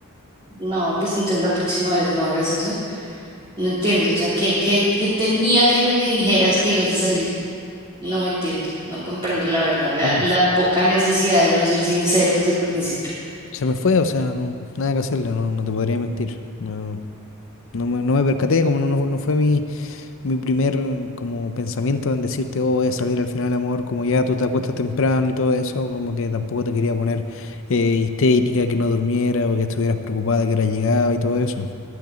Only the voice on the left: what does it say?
Bueno,
se,
se me fue, o sea, no, nada que hacerle, no, no te podría mentir. No, no me, no me percaté, como no, no no fue mi, mi primer mm, como pensamiento en decirte, oh, voy a salir al final, amor, como ya tú te acuestas temprano y todo eso, como que tampoco te quería poner eh, histérica, que no durmiera o que estuvieras preocupada que ahora llegaba y todo eso.